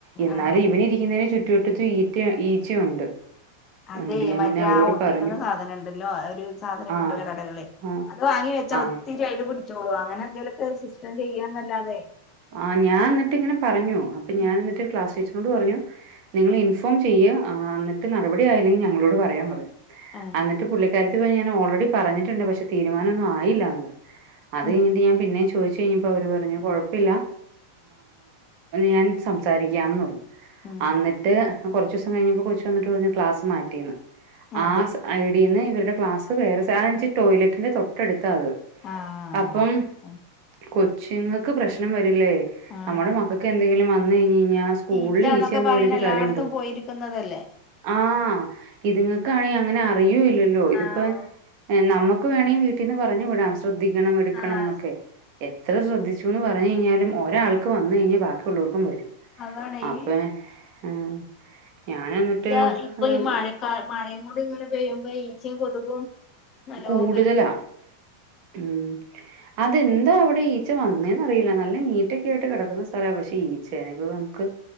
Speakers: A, on the right (about 45°); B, on the left (about 30°).
A: എന്നാലും
B: ആ
A: ഇവനിരി - ന്നതിന് ചുറ്റുവട്ടത്തും ഈറ്റ ഈച്ചയുണ്ട്
B: അതെ
A: എന്നിട്ട് ഞാൻ
B: മറ്റേ
A: പിന്നെ അവരോട്
B: ആ ഒട്ടിക്കണ
A: പറഞ്ഞു.
B: സാധനുണ്ടല്ലോ ഒരു സാധനം
A: ആഹ്
B: കിട്ടുവല്ലോ കടകള്
A: ആഹ്
B: അത് വാങ്ങി വെച്ചാ
A: ആഹ്
B: ഒത്തിരി അയില് പിടിച്ചോളൂ അങ്ങനെ എന്തെലൊക്കെ സിസ്റ്റം ചെയ്യാന്നല്ലാതെ
A: ആ ഞാൻ എന്നിട്ട് ഇങ്ങനെ പറഞ്ഞു അപ്പൊ
B: ഉം
A: ഞാൻ എന്നിട്ട് ക്ലാസ് ടീച്ചറിനോട് പറഞ്ഞു നിങ്ങൾ ഇൻഫോം ചെയ്യ് ആഹ് എന്നിട്ട് നടപടി ആയില്ലെങ്കിൽ ഞങ്ങളോട് പറയാൻ പറഞ്
B: ആഹ്
A: എന്നി്ട്ട് പുള്ളിക്കാരത്തി പോയി ഞാൻ ഓൾറെഡി പറഞ്ഞിട്ടുണ്ട് പക്ഷേ തീരുമാനൊന്നും ആയില്ല അത്
B: ഉം
A: കഴിഞ്ഞിട്ട് ഞാ പിന്നും ചോയ്ച്ചു കഴിഞ്ഞിപ്പോ അവര് പറഞ്ഞു കൊഴ ല്ല ഞാൻ സംസാരിക്കാംന്ന് പറഞ്ഞ
B: ഉം
A: അന്നിട്ട് അത്‌ കുറച്ചൂസം കഴിഞ്ഞപ്പോ കൊച്ചു വന്നിട്ട് പറഞ്ഞു ക്ലാസ് മാറ്റിന്ന്
B: അതെ
A: ആസ - ഐഡിന്ന് ഇരുടെ ക്ലാസ് വേറെ സാധനച്ച് ടോയ്ലറ്റിന്റെ തൊട്ടടുത്താത്
B: ആഹ്
A: അപ്പം
B: അത്
A: കൊച്ചിങ്ങക്ക് പ്രശ്നം വരില്ലേ
B: ആഹ്
A: നമ്മുടെ മകൾക്ക് എന്തെങ്കിലും വന്ന് കഴിഞ്ഞയിഞാ സ്കൂളിൽ
B: ഈച്ചന്നൊക്കെ
A: ഈച്ചന്ന്
B: പറയണ
A: പറഞ്ഞിട്ട്
B: എല്ലായിടത്തും
A: കാര്യമുണ്ടോ
B: പോയിരിക്കുന്നതല്ലേ
A: ആഹ് ഇതുങ്ങൾക്കാണെങ്കി അങ്ങനെ അറിയോല്ലല്ലോ ഇതിപ്പോ
B: ആഹ്
A: നമുക്ക് വേണമെങ്കിൽ വീട്ടിന്ന് പറഞ്ഞു വിടാം ശ്രദ്ധിക്കണം എടുക്കണം
B: ആഹ്
A: എന്നൊക്കെ എത്ര ശ്രദ്ധിച്ചു പറഞ്ഞ കഴിഞ്ഞാലും ഒരാൾക്ക് വന്ന കഴിഞ്ഞാൽ ബാക്കിയുള്ളവർക്കും വരും
B: അതാണ്
A: അപ്പൊ
B: ഈ
A: ആഹ് ഞൻ എന്നിട്ട്
B: ഈച്ച ഇപ്പൊ
A: ആഹ്
B: ഈ മഴക്കാ മഴയും കൂടി ഇങ്ങനെ പെയ്യുമ്പോ ഈച്ചിം കൊതുകും നല്ലോം
A: കൂടുതലാ
B: പെരുകും
A: ഉം അതെന്താ അവിടെ ഈ ഈച്ച വന്നേന്ന് അറിയില്ല നല്ല നീറ്റൊക്കെ ആയിട്ട് കിടക്കുന്ന സ്ഥലമാപക്ഷെ ഈച്ചേ ഇപ്പ നമുക്ക്